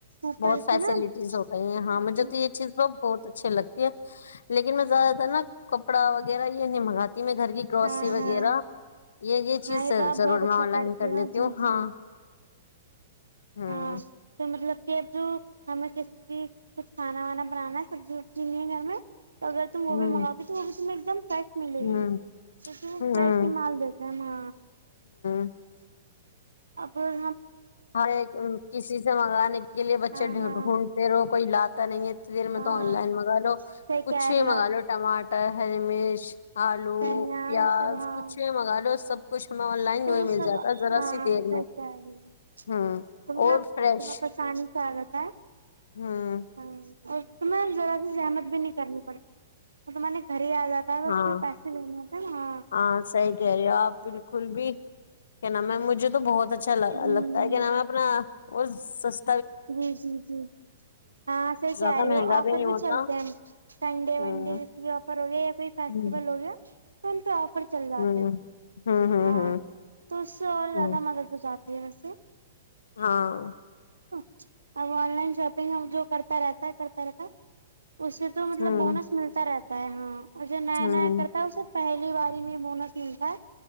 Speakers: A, on the right; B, on the left.
A: اوپر
B: بہت فیسلٹیز
A: سے نا
B: ہو گئی ہیں
A: جی
B: ہاں مجھے
A: جی
B: تو یہ چیز وہ بہت اچھیے لگ لیکن میں زیادہ تر نا کپڑا وغیرہ یہ نہیں منگاتا میں گھر کی گروسری
A: ہاں
B: وغیرہ
A: ہاں
B: یہ یہ چیز
A: ہاں
B: سر
A: تو آپ
B: ضرور
A: بہت
B: میں
A: اچھا
B: آن
A: کرتی
B: لائن کر
A: ہو
B: لیتی
A: جی
B: ہوں ہاں
A: جی
B: ہوں
A: ہاں تو مطلب جو ہمیں کسی بھی کچھ کھانا وانا بنانا ہے سبزی وبزی نہیں ہے گھر میں اگر تم وہ
B: ہوں
A: بھی منگاتی تو وہ بھی م فریش ملے
B: ہوں
A: گی کیکہ وہ
B: ہوں
A: فریش ہی مال دیتے ہیں وہ
B: <unintelligible>
A: اگر
B: ہر ایک کسی سے منگانے کے لیے بچے
A: ہاں
B: ڈھونڈتے
A: ہاں
B: رہو کوئی لا پتہ نہیں ہے ک دیر میں
A: ہاں
B: تو آن لائن منگا لو
A: صحیح
B: پچھ
A: کہہ
B: ہی
A: رہے ہو
B: منگا
A: آپ
B: لو ٹماٹر ہریمیش آلو
A: سانیہ
B: پیاز
A: یہ سب ہاں
B: کچھ بی منگا لو سب کچھ ہمیں آن لائن
A: تو
B: جو
A: وہ
B: مل
A: سب
B: جاتا ہے ذرا
A: ہاں
B: سی دیر
A: صحیح
B: میں
A: کہہ رہی ہو
B: ہوں
A: تو مطلب
B: اور فریش
A: بہت آسانی سے آ جاتا ہے
B: ہوں
A: ہاں اچ ت میں ذای زحمت بھی نہیں کر پڑتی وہے گھر آ جاتا ہے ب
B: ہاں
A: اس میں پیسے نہیں ہوتے نااں
B: ہاں صحیح کہہ رہے ہو آپ بالکل بھی کیا ن میم مجھے تو بہت اچھا لگتا
A: ہمم
B: ہے کہ نامیں اپنا اور س
A: جی جی جی ہاں سر
B: زیادہ
A: کہ رہی
B: مہنگا
A: ہو آفر
B: نہیں ہوتا
A: بھی چلتے ہیں ہم سنڈے
B: ہوں
A: ونڈے جس بھی آفر ہو گئے یا پھر فس
B: ہوں
A: بوگیا سنتا چل جاتے
B: ہوں
A: ہیں
B: ہوں
A: ہاں
B: ہوں
A: تو اس سے اور
B: ہوں
A: زیادہ مدد ہوات جی وس
B: ہاں
A: اب آن لائن شاپنگ اب جو کرتا رہتا ہے کرتا رہتا اس سے تو مطلب
B: ہوں
A: بونس ملتا رہتا پپائ ہ اور جو نیا
B: ہوں
A: نیا کرتا ہوس پہلی باری میں مونس ملتا ہے